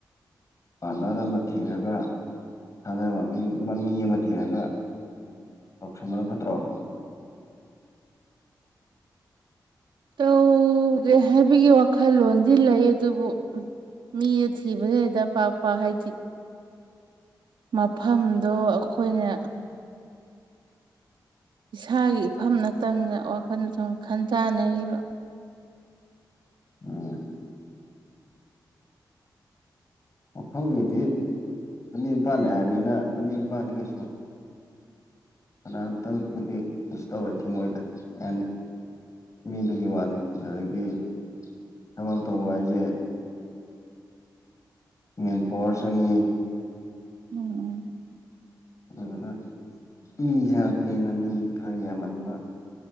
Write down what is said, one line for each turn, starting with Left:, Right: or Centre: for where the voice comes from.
Left: ꯄꯥꯔꯠꯅꯔ ꯑꯃ ꯊꯤꯔꯒ ꯈꯪꯅꯕ ꯃꯤ ꯑꯃ ꯊꯤꯔꯒ ꯇꯧꯁꯟꯕꯅ ꯐꯠꯇ꯭ꯔꯣ
Right: ꯇꯧꯒꯦ ꯍꯥꯏꯕꯒꯤ ꯋꯥꯈꯜꯂꯣꯟꯗꯤ ꯂꯩ ꯑꯗꯨꯕꯨ ꯃꯤꯖꯦ ꯊꯤꯕꯖꯦ ꯍꯦꯛꯇ ꯄꯥꯛ ꯄꯥꯛ ꯍꯥꯏꯗꯤ ꯃꯐꯝꯗꯣ ꯑꯩꯈꯣꯏꯅ ꯏꯁꯥꯒꯤ ꯏꯐꯝ ꯅꯠꯇꯝꯅꯤꯅ ꯋꯥꯈꯜꯁꯨ ꯁꯨꯝ ꯈꯟ ꯖꯥꯟꯅꯔꯤꯕ
Left: ꯎꯝ ꯃꯐꯝꯒꯤꯗꯤ ꯂꯝꯕꯤ ꯃꯄꯥꯟꯅꯤ ꯍꯥꯏꯔꯃꯤꯅ ꯂꯝꯃꯤ ꯃꯄꯥꯟꯗ ꯀꯩꯁꯨ ꯀꯅꯥꯝꯇꯕꯨꯗꯤꯨ ꯀꯩꯁꯨ ꯇꯧꯔꯣꯏꯗ ꯊꯤꯡꯉꯛꯑꯣꯏꯗ ꯌꯥꯅꯤ ꯃꯤꯗꯨꯒꯤ ꯋꯥꯅꯤ ꯑꯗꯒꯤ ꯊꯕꯛ ꯑꯃ ꯇꯧꯕ ꯍꯥꯏꯁꯦ ꯃꯦꯟ ꯄꯋꯥꯔ ꯆꯪꯉꯤ
Right: ꯎꯝ
Left: ꯑꯗꯨꯗꯨꯅ ꯃꯤ <unintelligible> ꯃꯤ ꯈꯔ ꯌꯥꯝꯍꯟꯕ